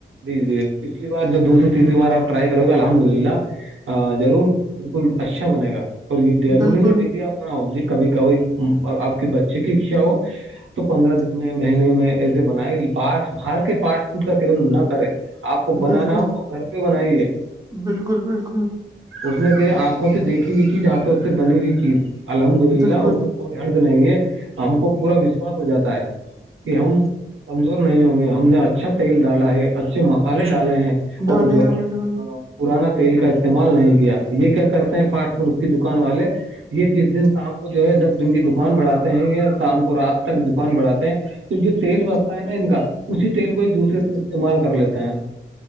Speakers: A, on the right; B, on the right.
A: جی جی پچھلی بار دوسری تیسری بار آپ ٹرائی کرو گے الحمد للہ ضرور بالکل اچھا بنے گا اور یہ روری
B: بالکل
A: ہے نا ڈیلی آپ ب ج کبھی کبھی آپ کے بچے کی اچھا ہو تو پندرہ دن میں مہینے میں سے بنائی بس باہر کے فاسٹ فوڈ کا سیون نہ کرے آپ کو بنانا
B: بالکل
A: ہو تو گھر پہ بنائیے
B: بالکل بالکل
A: اس نے کہ آنکھوں سے دیکھی ہوئی چیز آھ اس سے بنی ہوئی چیز الحمد للہ
B: بالکل
A: اس کوئی حرد نہیں ہے ہم کو پورا وشواس ہو جاتا ہے کہ ہم کمزور نہیں ہوں گے ہم نے اچھا تیل ڈالا ہے اچھے مسالے ڈالے ہیں
B: ڈالے
A: اور جو
B: ہیں
A: ہے
B: بالکل
A: پرانا تیل کا استعمال نہیں کیا یہ کیا کرتے ہیں فاسٹ فوڈ کی دکان والے یہ جس دن شام کو جو ہے جب دن کی دکان بڑھاتے ہیں شام کو رات تک دکان بڑھاتے ہیں تو جو تیل بچتا ہے نا ان کا اسی تیل کو ہی دوسرے دن استعمال کر لیتا ہے